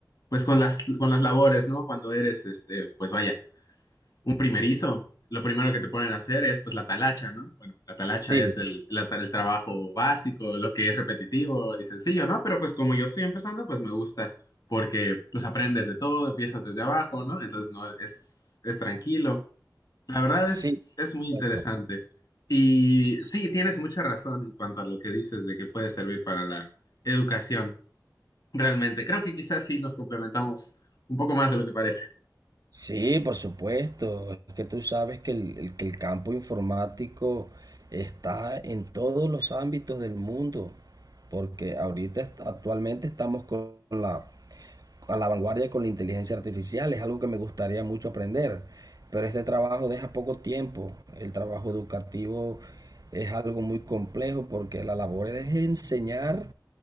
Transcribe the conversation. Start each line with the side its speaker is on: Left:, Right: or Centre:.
Left: pues con las, con las labores, ¿no? Cuando eres, este, pues vaya, un primerizo, lo primero que te ponen a hacer es pues la talacha, ¿no? Bueno, la talacha
Right: Sí,
Left: es el, la- el trabajo básico, lo que es repetitivo y sencillo, ¿no? Pero pues como yo estoy empezando, pues me gusta porque los aprendes de todo, empiezas desde abajo, ¿no? Entonces no es, es tranquilo. La verdad
Right: sí,
Left: es, es muy interesante.
Right: correcto.
Left: Y
Right: Sí, sí.
Left: sí, tienes mucha razón en cuanto a lo que dices de que puede servir para la educación. Realmente, creo que quizás sí nos complementamos un poco más de lo que parece.
Right: Sí, por supuesto. Es que tú sabes que el, el- que el campo informático está en todos los ámbitos del mundo, porque ahorita est- actualmente estamos con la, a la vanguardia con la inteligencia artificial. Es algo que me gustaría mucho aprender, pero este trabajo deja poco tiempo. El trabajo educativo es algo muy complejo porque la labor es enseñar